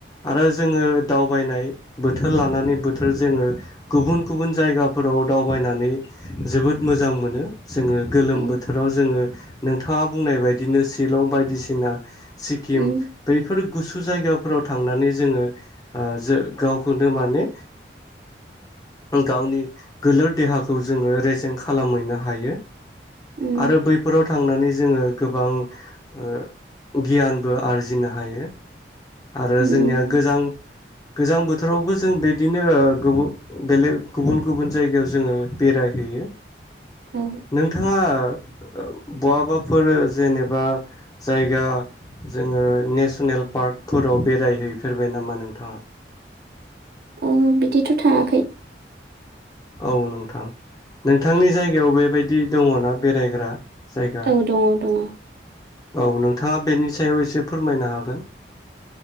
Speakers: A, on the left; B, on the right.
A: आरो जोङो दावबायनाय बोथोर लानानै बोथोर जोङो गुबुन गुबुन जायगाफोराव दावबायनानै जोबोद मोजां मोनो। जोङो गोलोम
B: औ
A: बोथोराव जोङो नोंथाङा बुंनाय बायदिनो शिलं बायदिसिना सिक्किम
B: उम
A: बैफोर गुसु जायगायाव फोराव थांनानै जोङो जो गावखौनो माने गावनि गोलोर देहाखौ जोङो रेजेंन्ट खालामहैनो हायो।
B: उम
A: आरो बैफोराव थांनानै जोङो गोबां ओ गियानबो आरजिनो हायो। आरो
B: उम
A: जोंनिया गोजां गोजां बोथोरावबो जों बिदिनो ओ गुबु बेलेग गुबुन गुबुन जायगायाव जोङो बेरायहैयो।
B: औ
A: नोंथाङा ओ बहाबाफोर जेनेबा जायगा जोङो नेसनेल पार्कफोराव बेरायहैयो फेरबाय नामा नोंथाङा।
B: उम बिदिथ' थाङाखै
A: औ नोंथां नोंथांनि जायगायाव बेबायदि दङ ना बेरायग्रा जायगा
B: औ दङ दङ।
A: औ नोंथाङा बेनि सायाव एसे फोरमायनो हागोन।